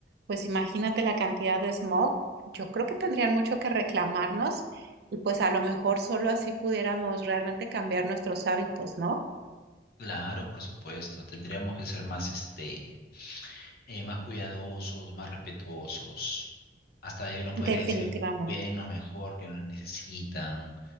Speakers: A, on the right (about 65°); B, on the left (about 60°).
A: pues imagínate la cantidad de smog. Yo creo que tendrían mucho que reclamarnos y pues a lo mejor solo así pudiéramos realmente cambiar nuestros hábitos, ¿no?
B: Claro, por supuesto. Tendríamos que ser más, este, eh, más cuidadosos, más respetuosos. Hasta ellos nos podría
A: Definitivamente.
B: decir, cuídenos mejor, que nos necesitan.